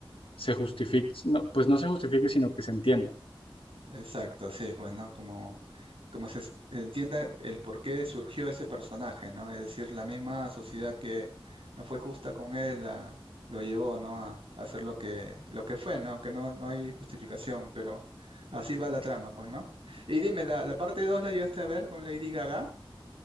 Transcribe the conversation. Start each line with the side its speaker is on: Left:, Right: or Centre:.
Left: se justifique, no, pues no se justifique, sino que se entienda.
Right: Exacto, sí, pues, ¿no? Como, como se es- entienda el por qué surgió ese personaje, ¿no? Es decir, la misma sociedad que no fue justa con él la- lo llevó, ¿no? A, a hacer lo que, lo que fue, ¿no? Que no, no hay justificación, pero así va la trama, pues, ¿no? Y dime, ¿la, la parte 2 la llegaste a ver con Lady Gaga?